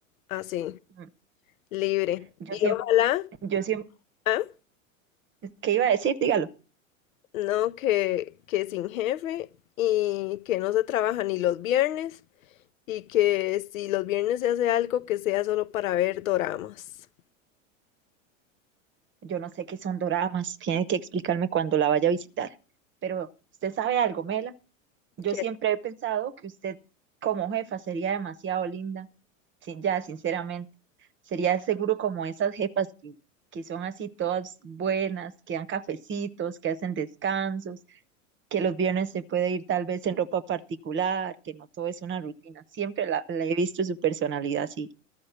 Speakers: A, on the left; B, on the right.
A: así,
B: Mm,
A: libre.
B: Yo
A: Y
B: siempre,
A: ojalá,
B: yo siempre,
A: ah,
B: ¿qué iba a decir? Dígalo.
A: no, que, que sin jefe y que no se trabaja ni los viernes y que si los viernes se hace algo que sea solo para ver doramas.
B: Yo no sé qué son doramas, tiene que explicarme cuando la vaya a visitar. Pero usted sabe algo, Mela. Yo
A: Que,
B: siempre he pensado que usted como jefa sería demasiado linda. Sin, ya, sinceramente, sería seguro como esas jefas que, que son así todas buenas, que dan cafecitos, que hacen descansos, que los viernes se puede ir tal vez en ropa particular, que no todo es una rutina. Siempre la, la he visto su personalidad así.